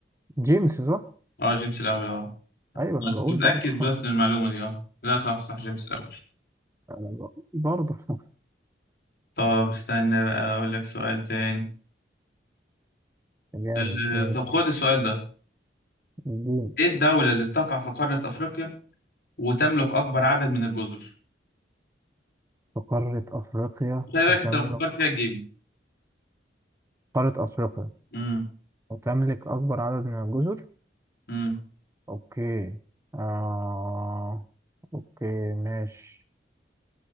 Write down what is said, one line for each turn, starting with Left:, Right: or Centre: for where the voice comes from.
Right: جيمس صح
Left: اه جيمس الأول اه
Right: ايوه انا
Left: انا
Right: بقول
Left: كنت متأكد
Right: برضه
Left: بس
Right: <laughs>
Left: من المعلومة دي اه لا صح صح جيمس الأول
Right: انا بقول برضه <laughs>
Left: طب استنى بقى أقول لك سؤال تاني
Right: جامد
Left: ال-
Right: ماشي
Left: طب خد السؤال ده
Right: الدين
Left: إيه الدولة اللي بتقع في قارة أفريقيا وتملك أكبر عدد من الجزر؟
Right: في قارة افريقيا
Left: خلي بالك
Right: وتملك
Left: أنت لو فكرت فيها تجيبه
Right: قارة افريقيا
Left: امم
Right: وتملك اكبر عدد من الجزر
Left: امم
Right: اوكي آه... اوكي ماشي